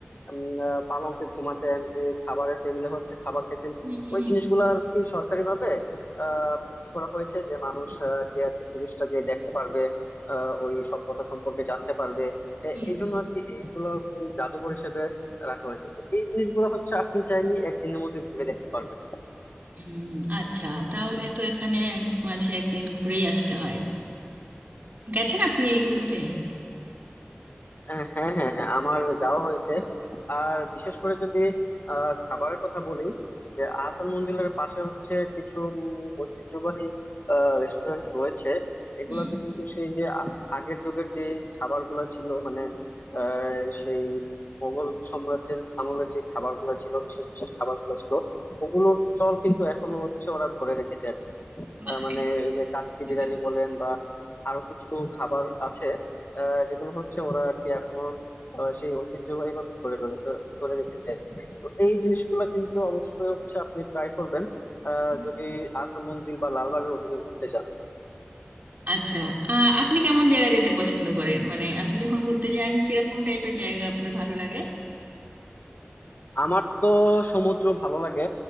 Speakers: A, on the left (about 55°); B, on the right (about 50°).
A: উম, আহ, পালঙ্কে ঘুমাতেন যে খাবারের টেবিলে হচ্ছে খাবার খেতেন
B: হুম হুম
A: ওই জিনিসগুলো আর কি সরকারি ভাবে আহ কি করা হয়েছে যে মানুষ আহ, যে আর কি টুরিস্টরা যে দেখতে পারবে আহ, ওই সভ্যতা সম্পর্কে জানতে পারবে এ-
B: হুম
A: এই জন্য আর কি এইগুলো কি জাদুঘর হিসেবে রাখা হয়েছে তো এই জিনিসগুলো হচ্ছে আপনি চাইলে একদিনের মধ্যে ঘুরে দেখতে পারবেন
B: হুম, হুম, আচ্ছা তাহলে তো এখানে এক- মাঝে একদিন ঘুরেই আসতে হয় গেছেন আপনি এইগুলোতে
A: আহ হ্যাঁ হ্যাঁ হ্যাঁ আমার যাওয়া হয়েছে আর বিশেষ করে যদি আহ, খাবারের কথা বলি যে আহসান মঞ্জিলের পাশে হচ্ছে কিছু উম, ঐতিহ্যবাহী রেস্টুরেন্ট রয়েছে এগুলোতে
B: হুম
A: কিন্তু সেই যে আ- আগের যুগের যে খাবারগুলো ছিল মানে আহ, সেই মোগল সাম্রাজ্যের আমলের যে খাবারগুলো ছিল বিশেষ বিশেষ খাবারগুলো ছিল ওগুলোর চল কিন্তু এখনো হচ্ছে ওরা ধরে রেখেছে
B: বাহ,
A: আহ মানে
B: এটা
A: ওই যে কাচ্চি
B: ভালো।
A: বিরিয়ানি বলেন বা আরো কিছু খাবার আছে আহ যেগুলো হচ্ছে ওরা আর কি এখনো আহ সেই ঐতিহ্যবাহী মতো ধরে ধরে ধরে রেখেছে তো এই জিনিসগুলা কিন্তু অবশ্যই হচ্ছে আপনি ট্রাই করবেন আহ
B: হুম,
A: যদি আসান মঞ্জিল বা লালবাগের ওদিকে ঘুরতে যান
B: আচ্ছা আহ, আপনি কেমন জায়গা যেতে পছন্দ করেন মানে আপনি যখন ঘুরতে যান কিরকম টাইপের জায়গা আপনার ভালো লাগে
A: আমার তো সমুদ্র ভালো লাগে